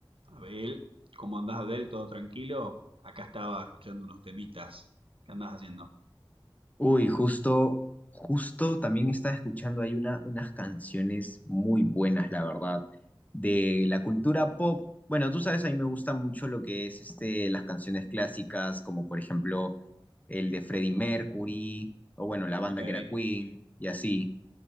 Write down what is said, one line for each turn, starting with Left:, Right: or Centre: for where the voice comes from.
Right: Abel, ¿cómo andás, Abel? ¿Todo tranquilo? Acá estaba escuchando unos temitas. ¿Qué andás haciendo?
Left: Uy, justo, justo también estaba escuchando ahí una, unas canciones muy buenas, la verdad, de la cultura pop. Bueno, tú sabes, a mí me gusta mucho lo que es este, las canciones clásicas, como por ejemplo el de Freddie Mercury, o bueno, la banda
Right: Ok.
Left: que era Queen, y así.